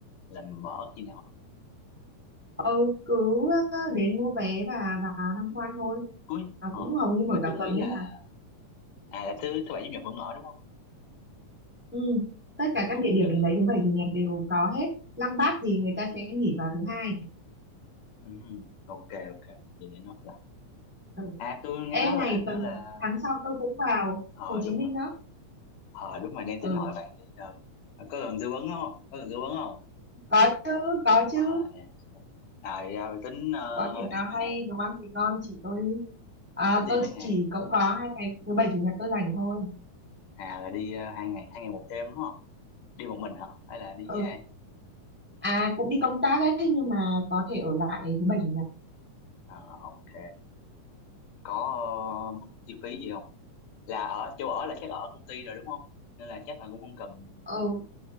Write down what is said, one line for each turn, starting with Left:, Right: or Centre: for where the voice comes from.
Left: là mở khi nào
Centre: ừ cứ ờ, đến mua vé và vào tham quan thôi
Left: cuối
Centre: nó
Left: ờ,
Centre: cũng hầu như
Left: nhưng
Centre: mở
Left: mà
Centre: cả
Left: tôi nghĩ
Centre: tuần đấy
Left: là
Centre: mà
Left: à là thứ thứ bảy chủ nhật vẫn mở đúng không
Centre: ừ. tất cả các
Left: ok
Centre: địa điểm đấy thứ bảy chủ nhật đều có hết Lăng Bác thì người ta
Left: ừ.
Centre: sẽ nghỉ vào thứ hai
Left: Ừ. ok ok vậy để nó
Centre: ừ.
Left: À tôi nghe
Centre: Ê
Left: nói
Centre: này
Left: là hình như
Centre: tuần
Left: là
Centre: tháng sau tôi cũng vào
Left: ờ
Centre: Hồ Chí
Left: đúng
Centre: Minh
Left: rồi
Centre: đó
Left: ờ đúng rồi đang tính
Centre: ừ
Left: hỏi bạn đây Ờ, ờ, có cần tư vấn không có cần tư vấn không
Centre: có chứ có
Left: Ờ,
Centre: chứ
Left: ờ, à, à, à, à, dạ, tính ờ,
Centre: có điểm
Left: đi
Centre: nào
Left: mấy
Centre: hay
Left: ngày
Centre: đồ ăn thì ngon chỉ tôi đi à,
Left: tính đi
Centre: tôi
Left: mấy ngày
Centre: chỉ cũng có hai ngày thứ bảy chủ nhật tôi rảnh thôi
Left: à là đi ờ, hai ngày hai ngày một đêm đúng không đi một mình hả hay là đi
Centre: ừ
Left: với ai
Centre: à cũng đi công tác ấy nhưng mà có thể ở lại
Left: Ừ.
Centre: thứ bảy chủ nhật
Left: Ờ, ok có ờ, mức chi phí gì không là ở chỗ ở là chắc ở công ty rồi đúng không nên là chắc là cũng không cần
Centre: ừ